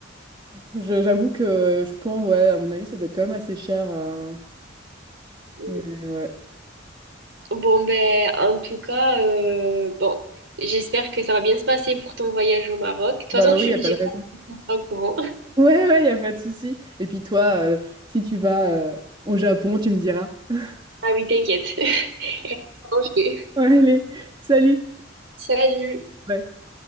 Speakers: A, on the right; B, on the right.
A: Je- J'avoue que je pense, ouais, à mon avis, ça doit être quand même assez cher. euh,
B: Mm.
A: mais ouais.
B: Bon, ben, en tout cas, euh, bon, j'espère que ça va bien se passer pour ton voyage au Maroc. De toute façon,
A: Bah
B: tu
A: oui, il n'y
B: me
A: a pas
B: dis
A: de raison.
B: pas au courant.
A: Ouais, ouais, il n'y a pas de souci. Et puis toi, euh, si tu vas euh, au Japon, tu me diras. <laughs>
B: Ah oui, t'inquiète. <laughs> Reste tranquille.
A: Ouais, allez, salut.
B: Salut.
A: Ouais.